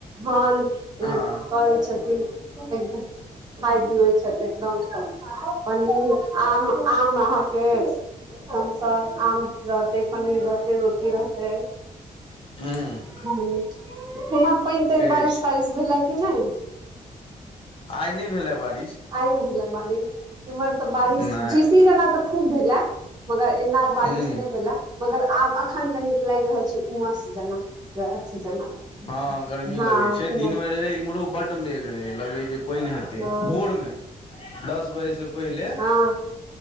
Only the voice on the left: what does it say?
हँ
हूंअ्
अछि
आइ नहि भेला बारिश
नहि
हूँ
हंअ्
गर्मी
लगैइ छैइ
दिनमें रहै इम्हरो बड्ड मेघ रहै लगैइ जे पानि हेतै
भोर में दस बजे से पहिले